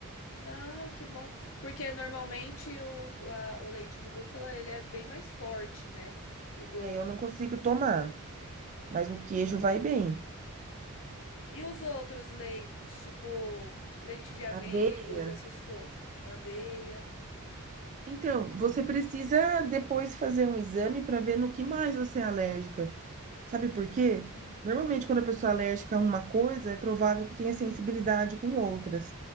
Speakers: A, on the left (about 65°); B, on the right (about 35°).
A: Ai, que bom. Porque normalmente o, a- o leite de búfala ele é bem mais forte, né? O gosto.
B: É, eu não consigo tomar, mas o queijo
A: Né?
B: vai bem.
A: E os outros leites, tipo leite de amêndoas,
B: Aveia.
A: essas coisas? Aveia.
B: Então, você precisa depois fazer um exame para ver no que mais você é alérgica. Sabe por quê?
A: Uhum.
B: Normalmente, quando a pessoa é alérgica a uma coisa, é provável que tenha sensibilidade com outras.